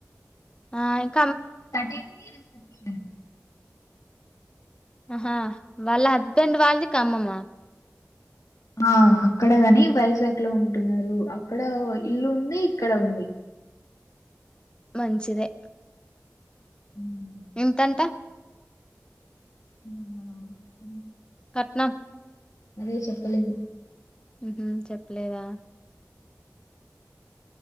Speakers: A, on the left; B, on the left.
A: ఆ ఇన్
B: థర్టీ కి రిసప్షన్
A: ఆహా వాళ్ళ హస్బెండ్ వాళ్ళది కమ్మమ
B: ఆ అక్కడ కాని వైజాగ్ లో ఉంటున్నారు అక్కడ ఇల్లు ఉంది ఇక్కడ ఉంది
A: మంచిదే
B: మ్మ్
A: ఎంతంటా
B: అవునా
A: కట్నా
B: అదే చెప్పలేము
A: మ్ హూ చెప్పలేదా